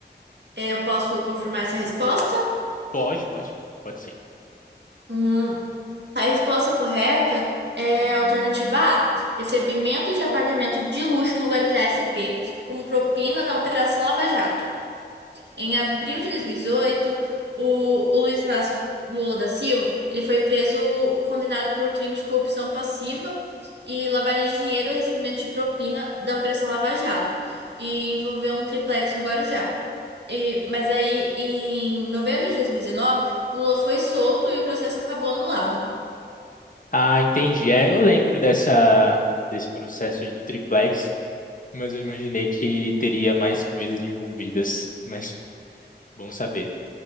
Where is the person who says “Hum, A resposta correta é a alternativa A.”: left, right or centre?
Right